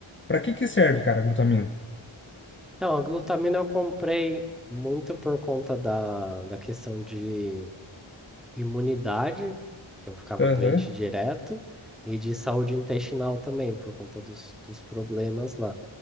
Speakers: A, on the left (about 25°); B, in the centre.
A: para que que serve, cara, a glutamina.
B: Não, a glutamina eu comprei muito por conta da, da questão de imunidade, que eu ficava
A: Aham,
B: doente direto, e de saúde intestinal também, por conta dos, dos problemas lá.